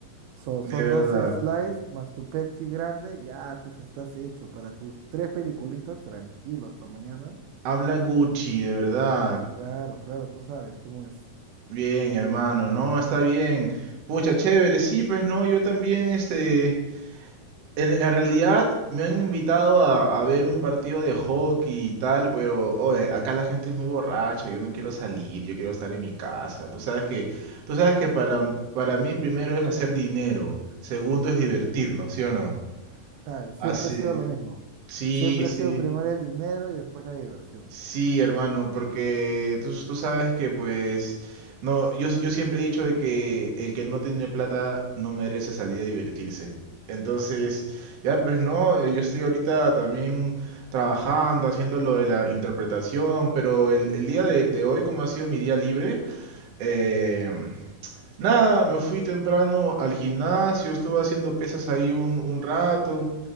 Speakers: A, on the right; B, on the right.
A: So, son
B: de verdad.
A: 12 slices más tu Pepsi grande, ya pues estás hecho para tus tres peliculitas, tranquilo, hasta mañana.
B: Habla Gucci, de verdad.
A: Claro, claro, tú sabes cómo es.
B: Bien, hermano, no, está bien. Pucha, chévere, sí, pues no, yo también, este, En, en realidad me han invitado a, a ver un partido de hockey y tal, pero oye, acá la gente es muy borracha, yo no quiero salir, yo quiero estar en mi casa. Tú sabes que, tú sabes que para, para mí primero es hacer dinero, segundo es divertirnos, ¿sí o no?
A: Sabes,
B: Así,
A: siempre ha sido lo mismo.
B: sí,
A: Siempre
B: sí.
A: ha sido primero el dinero y después la diversión.
B: Sí, hermano, porque tú, tú sabes que pues no, yo, yo siempre he dicho de que el que no tiene plata no merece salir a divertirse. Entonces, ya pues no, eh, yo estoy ahorita también trabajando, haciendo lo de la interpretación, pero el, el día de, de hoy, como ha sido mi día libre, eh, nada, me fui temprano al gimnasio, estuve haciendo pesas ahí un, un rato.